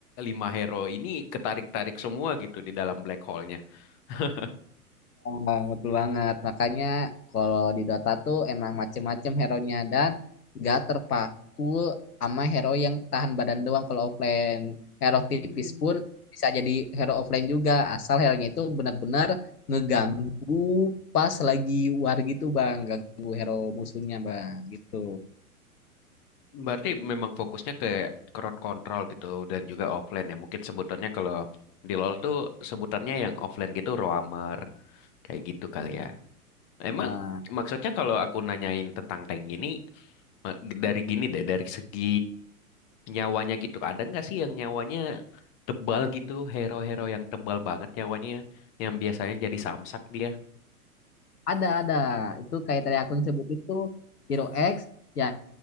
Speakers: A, on the left; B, on the left.
A: lima hero ini ketarik-tarik semua gitu di dalam black hole-nya <laughs>
B: Bang, betul banget. Makanya kalau di Dota tuh emang macem-macem hero-nya dan gak terpaku sama hero yang tahan badan doang kalau offline. Hero
A: Hmm.
B: tipis pun bisa jadi hero offline juga asal hero-nya itu benar-benar ngeganggu pas lagi war gitu, Bang. Ganggu hero musuhnya, Bang. Gitu,
A: Berarti memang fokusnya ke crowd control gitu dan juga offline ya. Mungkin sebutannya kalau di LoL tuh sebutannya yang offline gitu roamer kayak gitu kali ya. Emang
B: Bang.
A: maksudnya kalau aku nanyain tentang tank ini ma- dari gini deh dari segi nyawanya gitu ada nggak sih yang nyawanya tebal gitu hero-hero yang tebal banget nyawanya yang biasanya jadi samsak dia.
B: Ada, ada. Itu kayak tadi aku yang sebutin tuh Hero X yang